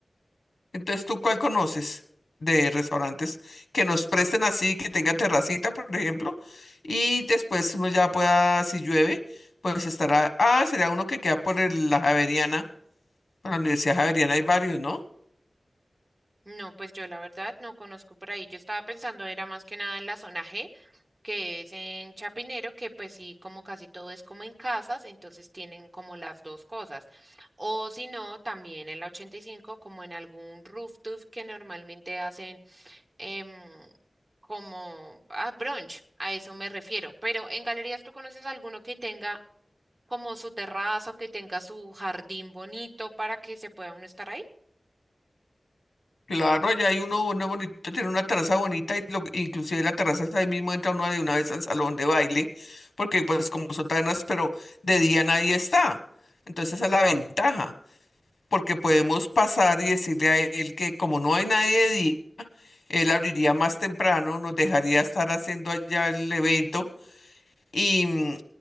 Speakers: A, on the left; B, on the right.
A: entonces ¿tú cuál conoces de restaurantes que nos presten así, que tenga terracita, por ejemplo? Y después uno ya pueda, si llueve, pues estará, ah, sería uno que queda por el- la Javeriana, por la Universidad Javeriana hay varios, ¿no?
B: No, pues yo la verdad no conozco por ahí. Yo estaba pensando era más que nada en la zona G, que es en Chapinero, que pues sí, como casi todo es como en casas, entonces tienen como las dos cosas. O si no, también en la 85, como en algún rooftop que normalmente hacen em, como ah, brunch, a eso me refiero. Pero en galerías, ¿tú conoces alguno que tenga como su terraza o que tenga su jardín bonito para que se pueda uno estar ahí?
A: Claro, allá hay uno uno bonito, tiene una terraza bonita y lo, inclusive la terraza es ahí mismo entra uno de una vez al salón de baile, porque pues como son tabernas, pero de día nadie está. Entonces esa es la ventaja, porque podemos pasar y decirle a él que como no hay nadie de día, él abriría más temprano, nos dejaría estar haciendo allá el evento y, mm,